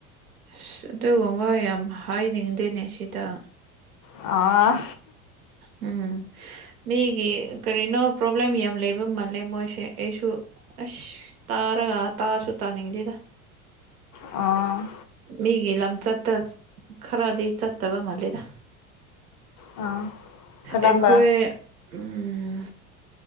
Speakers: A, on the right; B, on the left.
A: ꯑꯁ ꯑꯗꯨꯒꯨꯝꯕ ꯌꯥꯝ ꯍꯥꯏꯅꯤꯡꯗꯦꯅꯦ ꯁꯤꯗ
B: ꯑꯥ
A: ꯎꯝ ꯃꯤꯒꯤ ꯀꯔꯤꯅꯣ ꯄ꯭ꯔꯣꯕ꯭ꯂꯦꯝ ꯌꯥꯝ ꯂꯩꯕ ꯃꯥꯜꯂꯦ ꯃꯣꯏꯁꯦ ꯑꯩꯁꯨ ꯑꯁ ꯇꯥꯔꯒ ꯇꯥꯁꯨꯨ ꯇꯥꯅꯤꯡꯗꯦꯗ
B: ꯑꯣ
A: ꯃꯤꯒꯤ ꯂꯝ ꯆꯠꯇꯥ ꯈꯔꯗꯤ ꯆꯠꯇꯕ ꯃꯥꯜꯂꯦꯗ
B: ꯑꯥ ꯀꯔꯝꯕ
A: ꯑꯩꯈꯣꯏ ꯎꯝ